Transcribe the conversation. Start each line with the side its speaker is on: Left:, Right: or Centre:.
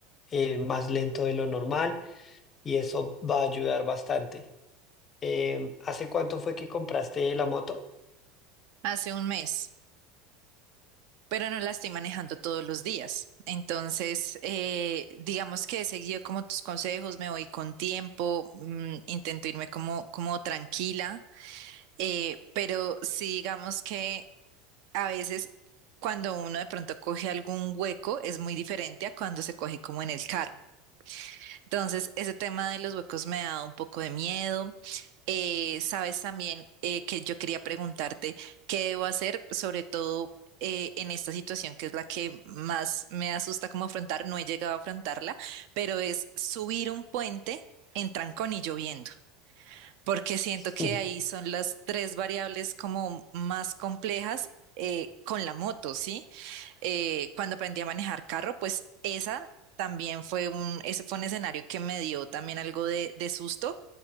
Left: eh, más lento de lo normal y eso va a ayudar bastante. Em, ¿hace cuánto fue que compraste la moto?
Right: Hace un mes, pero no la estoy manejando todos los días. Entonces, eh, digamos que he seguido como tus consejos, me voy con tiempo, mm, intento irme como, como tranquila, eh, pero sí digamos que a veces cuando uno de pronto coge algún hueco es muy diferente a cuando se coge como en el carro. Entonces, ese tema de los huecos me ha dado un poco de miedo. Eh, sabes también eh, que yo quería preguntarte qué debo hacer, sobre todo eh, en esta situación que es la que más me asusta como afrontar. No he llegado a afrontarla, pero es subir un puente en trancón y lloviendo, porque siento
Left: <laughs>
Right: que ahí son las tres variables como más complejas eh, con la moto, ¿sí? eh, cuando aprendí a manejar carro, pues esa también fue un, ese fue un escenario que me dio también algo de, de susto,